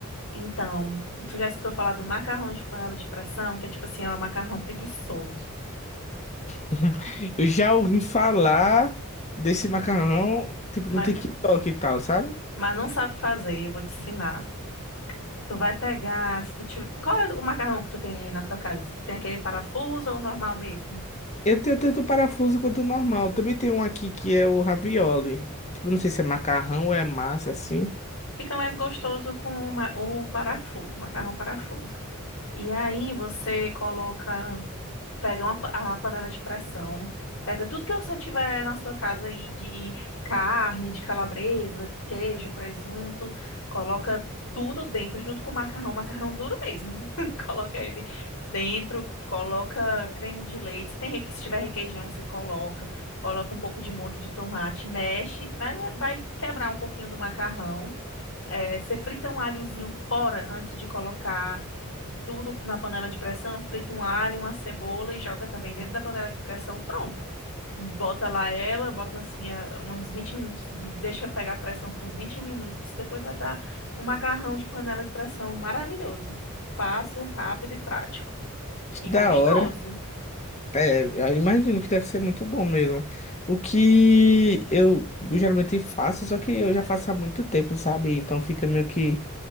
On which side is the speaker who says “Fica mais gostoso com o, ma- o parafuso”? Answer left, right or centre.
Left